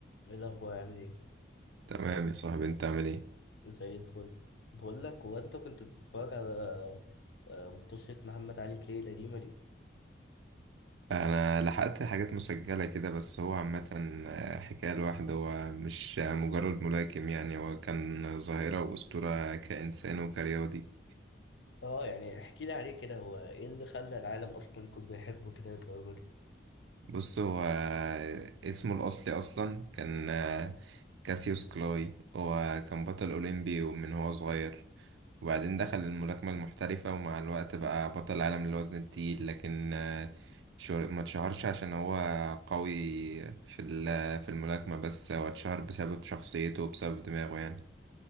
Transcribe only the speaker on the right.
تمام يا صاحبي انت عامل ايه
انا لحقت حاجات مسجلة كده بس هو عامة حكاية لوحده هو مش مجرد ملاكم يعني هو كان ظاهرة وأسطورة كإنسان وكرياضي
بص هو اسمه الأصلي أصلا كان كاسيوس كلاي هو كان بطل أولمبي ومن هو صغير وبعدين دخل الملاكمة المحترفة ومع الوقت بقى بطل عالم للوزن التقيل لكن آه، شهر- ما اتشهرش عشان هو قوي في ال- في الملاكمة بس هو اتشهر بسبب شخصيته وبسبب دماغه يعني